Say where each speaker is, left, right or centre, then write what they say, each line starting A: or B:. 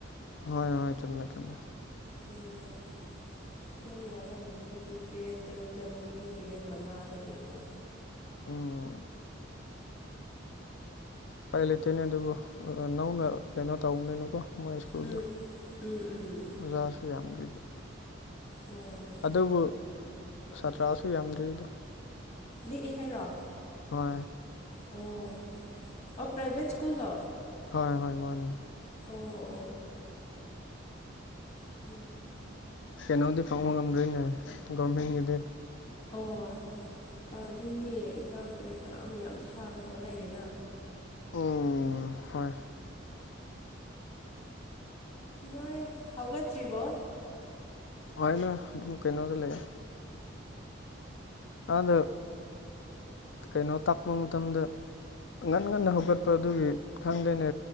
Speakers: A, on the left; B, on the left.
A: ꯍꯣꯏ ꯍꯣꯏ ꯆꯠꯃꯦ ꯆꯃꯦ
B: ꯎꯝ ꯌꯥꯝ ꯋꯥꯔꯝꯃꯅꯤ ꯑꯗꯨꯗꯤ ꯄꯦꯔꯦꯠ ꯇꯔꯨꯛꯇ ꯅꯪꯒꯤ ꯄꯦꯔꯦꯠ ꯃꯉꯥ ꯂꯩꯔꯗꯤ
A: ꯎꯝ ꯑ ꯄꯥꯏ ꯂꯩꯦꯇꯣꯏꯅꯦ ꯑꯗꯨꯕꯨ ꯅꯧꯅ ꯀꯩꯅꯣ ꯇꯧꯕꯅꯤꯅꯀꯣ ꯃꯣꯏ ꯁ꯭ꯀꯨꯜꯗ
B: ꯎꯝ ꯎꯝ ꯎꯝ
A: ꯑꯣꯖꯥꯁꯨ ꯌꯥꯝꯗ꯭ꯔꯤꯕ
B: ꯑꯣ
A: ꯑꯗꯨꯕꯨ ꯁꯥꯇ꯭ꯔꯥꯁꯨ ꯌꯥꯝꯗ꯭ꯔꯤꯗꯣ
B: ꯂꯦꯛꯑꯦ ꯍꯥꯏꯔꯣ
A: ꯍ
B: ꯑꯣ ꯑꯣ ꯄ꯭ꯔꯥꯏꯚꯦꯠ ꯁ꯭ꯀꯨꯜꯣ
A: ꯍꯣꯏ ꯍꯣꯏ ꯃꯥꯣꯏꯅꯦ
B: ꯑꯣ ꯑꯣ <unintelligible>
A: ꯀꯩꯅꯣꯗꯤ ꯐꯪꯕ ꯉꯝꯗꯣꯏꯅꯦ ꯒꯣꯔꯃꯦꯟꯒꯤꯗꯤ
B: ꯑꯣ ꯑꯗꯨꯅꯦ ꯑꯦꯛꯖꯥꯝ ꯀꯔꯤ ꯀꯔꯥ ꯃꯌꯥꯝ ꯊꯥꯒꯗꯧ ꯂꯩꯌꯦꯅ
A: ꯎꯝ ꯍꯣꯏ
B: ꯅꯣꯏ ꯍꯧꯒꯠꯇ꯭ꯔꯤꯕꯣ
A: <unintelligible> ꯑꯗꯨꯝ ꯀꯩꯅꯣꯗ ꯂꯩꯌꯦ ꯑꯗꯥ ꯀꯩꯅꯣ ꯇꯥꯛꯄ ꯃꯇꯝꯗꯨ ꯉꯟ ꯉꯟꯅ ꯍꯧꯒꯠꯄ ꯑꯗꯨꯒꯤ ꯈꯪꯗꯦꯅꯦ